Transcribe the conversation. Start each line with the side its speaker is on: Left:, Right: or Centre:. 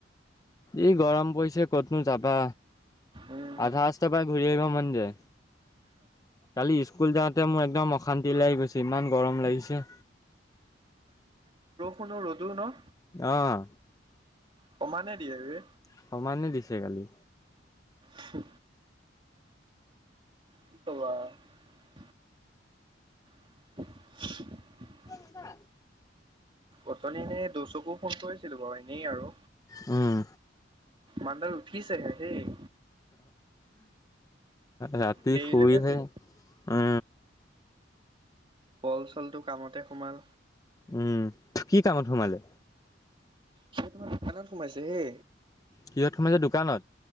Left: এই গৰম পৰিছে কতনো যাবা।
Right: উম।
Left: আধা ৰাস্তা পৰা ঘূৰি আহিব মন যায়। কালি স্কুল যাওঁতে মোৰ একদম অশান্তি লাগি গৈছে ইমান গৰম লাগিছে।
Right: কোনো ৰ'দু ন
Left: অহ
Right: সমানে দিয়ে যে।
Left: সমানে দিছে কালি
Right: সে কি কবা আৰু <unintelligible>
Left: ছা
Right: অথনি এনে দচকো ফোন কৰিছিলো বাৰু এনেই আৰু
Left: উম
Right: মান্দাৰ উঠিছেহে সেই
Left: ৰাতি
Right: দেৰিলৈকে
Left: শুইয়ে।
Right: শুই
Left: অ
Right: পল চলটো কামতে সোমাল
Left: উম কি কামত সোমালে?
Right: স তোমাৰ দোকানত সোমাইছে হে
Left: কিহত সোমাইছে দোকানত?